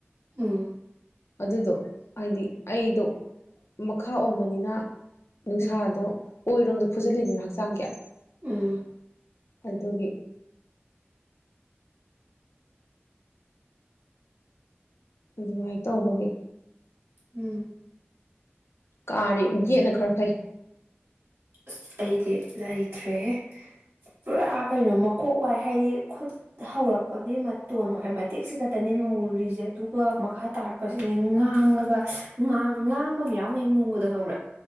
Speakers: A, on the right; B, on the left.
A: ꯎꯝ
B: ꯑꯗꯨꯗꯣ ꯍꯥꯏꯗꯤ ꯑꯩꯗꯣ ꯃꯈꯥ ꯑꯣꯟꯕꯅꯤꯅ ꯅꯨꯡꯁꯥꯗꯣ
A: ꯎꯝ ꯎꯝ
B: ꯑꯣꯏꯔꯣ ꯐꯨꯖꯤꯜꯂꯤꯗꯨꯅ ꯍꯛꯆꯥꯡ ꯀꯌꯥ
A: ꯎꯝ
B: ꯑꯗꯨꯒꯤ ꯑꯗꯨꯃꯥꯏꯅ ꯇꯧꯕꯒꯤ
A: ꯎꯝ
B: ꯀꯥꯔꯦ ꯌꯦꯠꯅ ꯈꯔ ꯐꯩ
A: ꯑꯁ ꯑꯩꯗꯤ ꯂꯩꯇ꯭ꯔꯦ ꯄꯨꯔꯥ ꯀꯩꯅꯣ ꯃꯀꯣꯛ ꯋꯥꯏ ꯍꯥꯏꯗꯤ ꯈꯨꯠ ꯍꯧꯔꯛꯄꯒꯤ ꯃꯇꯣꯟ ꯍꯥꯏ ꯃꯇꯦꯛꯁꯤ ꯈꯛꯇꯅꯤ ꯉꯧꯔꯤꯁꯦ ꯑꯗꯨꯒ ꯃꯈꯥ ꯇꯥꯔꯛꯄꯁꯤꯅꯤ ꯉꯥꯡꯉꯒ ꯉꯥꯡꯕ ꯑꯃ ꯌꯥꯎꯅꯤ ꯃꯨꯕꯗ ꯍꯧꯪꯕ꯭ꯔꯥ